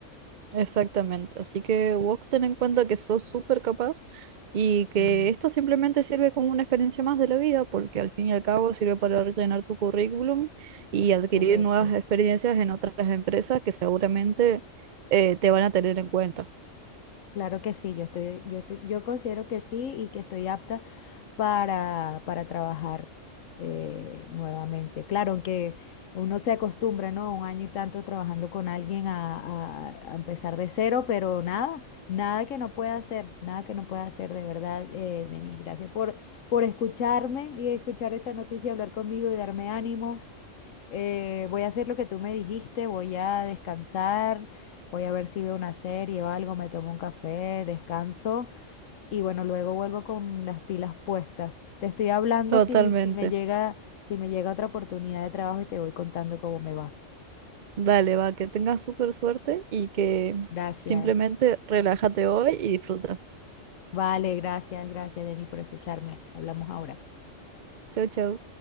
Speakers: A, on the right; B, on the left.
A: Exactamente, así que vos ten en cuenta que sos súper capaz y que
B: Mm,
A: esto simplemente sirve como una experiencia más de la vida, porque al fin y al cabo sirve para rellenar tu currículum y adquirir
B: correcto.
A: nuevas experiencias en otras empresas que seguramente eh, te van a tener en cuenta.
B: Claro que sí, yo estoy, yo estoy, yo considero que sí y que estoy apta para, para trabajar eh, nuevamente. Claro, aunque uno se acostumbra, ¿no? Un año y tanto trabajando con alguien a, a- a empezar de cero, pero nada, nada que no pueda hacer, nada que no pueda hacer, de verdad, eh, Denis. Gracias por, por escucharme y escuchar esta noticia, hablar conmigo y darme ánimos. eh, voy a hacer lo que tú me dijiste, voy a descansar, voy a ver si veo una serie o algo, me tomo un café, descanso y bueno, luego vuelvo con las pilas puestas. Te estoy hablando
A: Totalmente.
B: si, si me llega, si me llega otra oportunidad de trabajo y te voy contando cómo me va.
A: Dale, va, que tengas súper suerte y que
B: Gracias.
A: simplemente relájate hoy y disfruta.
B: Vale, gracias, gracias, Denis, por escucharme. Hablamos ahora.
A: Chau, chau.